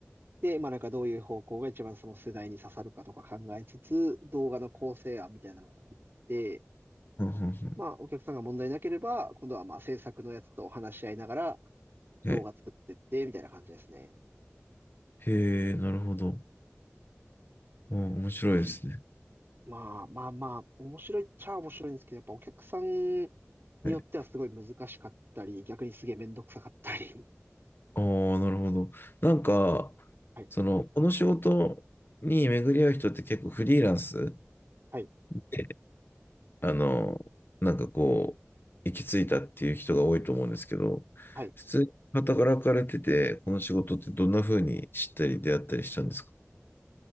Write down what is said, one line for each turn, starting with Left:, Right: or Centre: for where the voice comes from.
Right: で、まあ、なんかどういう方向が一番その世代に刺さるかとか考えつつ、動画の構成案みたいなのを作って、
Left: うんうんうん
Right: まあ、お客さんが問題なければ、今度はまあ、制作のやつと話し合いながら
Left: はい。
Right: 動画作ってって、みたいな感じですね。
Left: へえ、なるほど。あー面白いですね。
Right: まあまあまあ、面白いっちゃ面白いんですけど、やっぱお客さんに
Left: はい。
Right: よってはすごい難しかったり、逆にすげえめんどくさかったり。
Left: ああ、なるほど。なんか、
Right: <laughs> はい、
Left: その、この仕事に巡り合う人って結構フリーランス
Right: はい、
Left: で、あの、なんかこう、行き着いたっていう人が多いと思うんですけど、
Right: はい。
Left: 普通に働かれてて、この仕事ってどんな風に知ったり出会ったりしたんですか